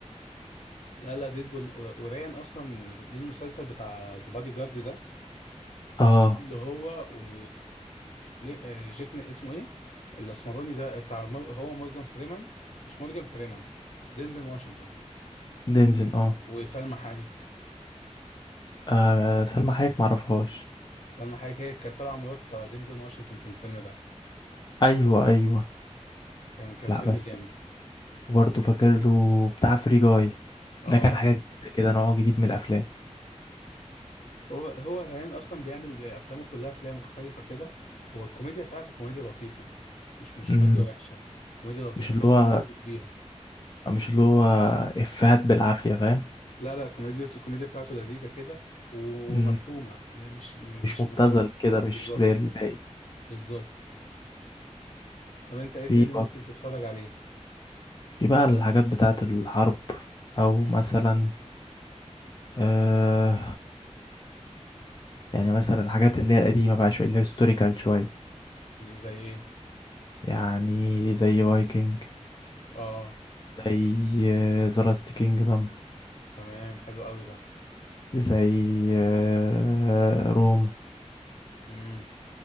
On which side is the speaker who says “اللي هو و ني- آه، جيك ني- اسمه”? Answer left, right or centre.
Left